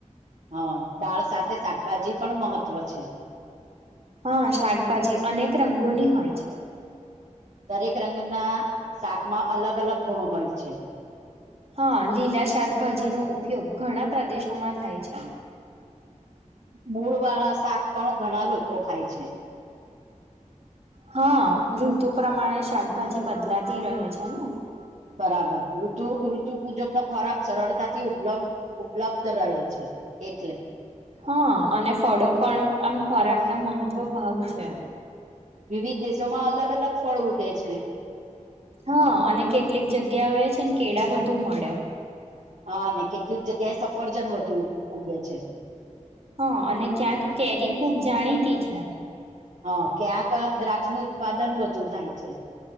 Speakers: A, on the right; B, on the right.
A: હા દાળ સાથે શાકભાજી પણ મહત્ત્વ છે
B: હા શાકભાજી અનેક રંગોની હોય છે
A: દરેક રંગના શાકમાં અલગ અલગ ગુણ હોય છે
B: હા લીલા શાકભાજીનો ઉપયોગ ઘણા પ્રદેશોમાં થાય છે
A: મૂળ વાળા શાક પણ ઘણા લોકો ખાય છે
B: હા ઋતુ પ્રમાણે શાકભાજી બદલાતી રહે છે ને
A: બરાબર ઋતુ ઋતુ મુજબનો ખોરાક સરળતાથી ઉપલબ્ ઉપલબ્ધ રહે છે એટલે
B: હા અને ફળો પણ આમ ખોરાકનો મહત્વ ભાગ છે
A: વિવિધ દેશોમાં અલગ અલગ ફળ ઉગે છે
B: હા અને કેટલીક જગ્યા આવે છે ને કેળ બધુ મળે
A: હા અનેને કેટલીક જગ્યાએ સફરજન વધુ ઉગે છે
B: હા અને ક્યાંક કેરી ખૂબ જાણીતી છે
A: હ ક્યાંક દ્રાક્ષ નું ઉત્પાદન વધુ થાય છે